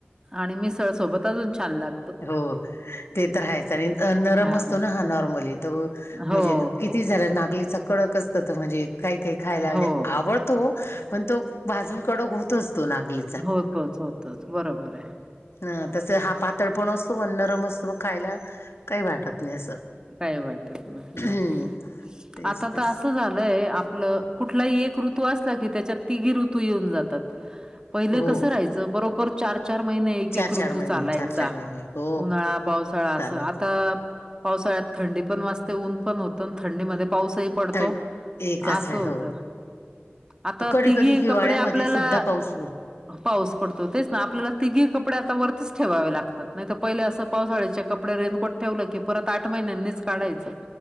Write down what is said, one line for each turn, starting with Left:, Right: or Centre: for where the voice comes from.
Right: आणि मिसळ सोबत अजून छान लाग
Left: हो ते तर आहेच आणि नरम
Right: हां.
Left: असतो ना हा नॉर्मली तर
Right: हो,
Left: म्हणजे किती
Right: हो.
Left: झाला नागलीचा कडकच <unintelligible> म्हणजे काही काही खायला म्हणजे
Right: हो.
Left: आवडतो पण तो भाजून कडक होतच तो नागली
Right: होतोच होतोच बरोबरय
Left: अ तस हा पातळ पण असतो व नरम असतो मग खायला काही वाटत नाही असं
Right: काय वाटत नाही
Left: तेच
Right: बरोबर आता
Left: तेच
Right: तर असं झालंय आपलं कुठलाही एक ऋतू असला की त्याच्यात तिघी ऋतू येऊन जातात पहिले
Left: हो
Right: कसं राहाय च बरोबर चार चार महिने एक
Left: चार
Right: एक
Left: चार
Right: ऋतू
Left: महिने
Right: चालायचा
Left: चार चार महिने हो
Right: उन्हाळा, पावसाळा असं
Left: चालायचं
Right: आता पावसाळ्यात थंडी पण वाजते ऊन पण होत थंडीमध्ये पाऊसही पडतो
Left: थंड एकाच
Right: असं
Left: वेळ
Right: होतं
Left: हो
Right: आता
Left: कधी
Right: तिघी
Left: कधी हिवाळ्यामध्ये
Right: कपडे आपल्याला
Left: सुद्धा पाऊस
Right: पाऊस पडतो तेच ना आपल्याला तिघी कपडे आता वरतीच ठेवावे लागतात नाही तर पहिले असं पावसाळ्याचे कपडे रेनकोट ठेवलं की परत आठ महिन्यांनी काढायचं